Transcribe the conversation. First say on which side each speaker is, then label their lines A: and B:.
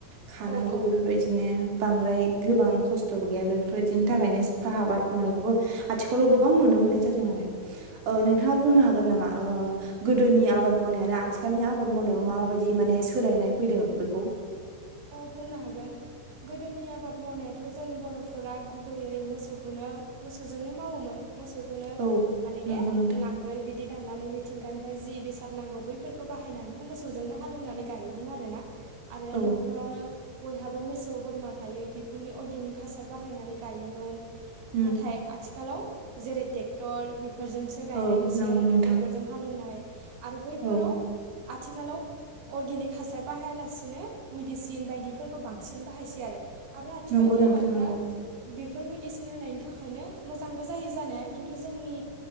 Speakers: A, on the right (about 40°); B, on the right (about 80°).
A: खानांगौ
B: औ औ। बुंनो
A: बेफोर बायदिनो बांद्राय गोबां खस्थ'बो गैया बेफोरबायदिनि थाखायनो साहा आबाद मावनायखौबो आथि खौल' गोबां नुनो मोननाय जादों आरो ओ नोंथाङा बुंनो हागोन नामा? ओ गोदोनि आबाद मावनाय आरो आथिखालनि आबाद मावनायाव माबायदि माने सोलायनाय फैदों बेखौ
B: अ बुंनो हागोन गोदोनि आबाद मावनायाथ' जों बर'फोरा गुबैयै मोसौखौनो मोसौजोंनो मावोमोन। मोसौखौनो
A: औ
B: मानेखे
A: नंगौ नोंथां
B: नांगोल बिदि दाननानै मिथिंगानिफ्राय जि बेसाद नांगौ बैफोरखौ बाहायनानैनो मोसौजोंनो हालेवनानै गायोमोन आरोना आरो
A: औ
B: न'खरावनो बयहाबो मोसौ बोरमा थायो बेफोरनि अर्गेनिक हासार बाहायनानै गायोमोन
A: उम
B: नाथाय आथिखालाव जेरै टेक्टर बेफो फोरजोंसो गायनाय
A: औ
B: नुसै
A: नंगौ
B: आरोना
A: नोंथां
B: टेक्टरजों हालेवनाय आरो बैफोराव
A: औ
B: आथिखालाव अर्गेनिक हासार बाहायालासिनो मेडिसिन बायदिफोरखौ बांसिन बाहायसै आरो। आरो आथिखालनि
A: नंगौ नोंथां
B: आबादफोरा
A: नंगौ
B: बेफो फोर मेदिसिन होनायनि थाखायनो मोजांबो जायो जानाया खिन्थु जोंनि